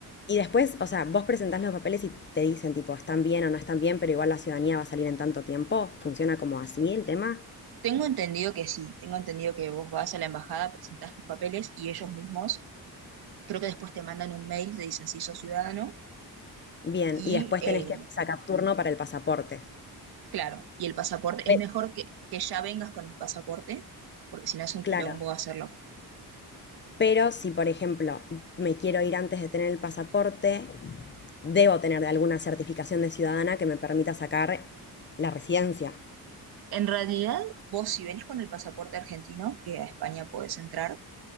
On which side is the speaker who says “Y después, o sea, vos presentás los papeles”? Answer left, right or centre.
Left